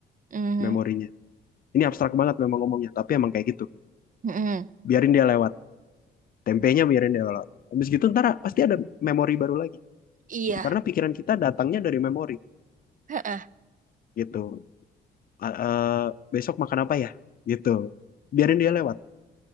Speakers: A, on the right (about 40°); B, on the left (about 45°).
A: Mm-mm.
B: memorinya ini abstrak banget memang ngomongnya tapi emang kayak gitu
A: Mm-mm.
B: biarin dia lewat tempenya biarin dia lewat habis gitu ntar pasti ada memori baru lagi
A: Iya.
B: karena pikiran kita datangnya dari memori
A: Heeh.
B: gitu A- eh, besok makan apa ya gitu biarin dia lewat